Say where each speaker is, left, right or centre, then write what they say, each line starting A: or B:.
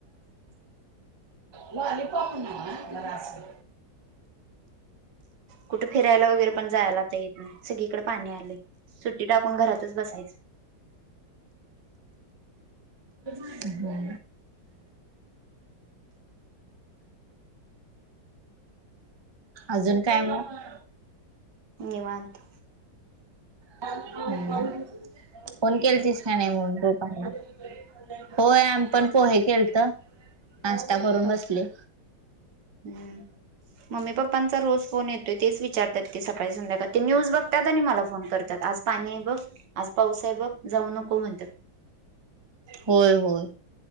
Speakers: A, on the right; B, on the right.
A: म अली पक न ह म रा <unintelligible>
B: कुठे फिरायला वगैरे पण जायला आता येत नाही सगळीकडे पाणी आले. सुट्टी टाकून घरातचं बसायचं.
A: हो. अजून काय मगं.
B: निवांत.
A: फोन केल तस <unintelligible> का नाही म्हणून तू होय आम्ही पण पोहे केेले होते नाश्ता करून बसले.
B: हो हम्म. मम्मी पप्पांचा रोज फोन येतोय तेच विचारतात ते सकाळी संध्याकाळ ते न्यूज बघतात. आणि मला फोन करतात. आजकाय पाणी बघ आज पावसा आहे बघ जाऊ नको म्हणतात.
A: होय होय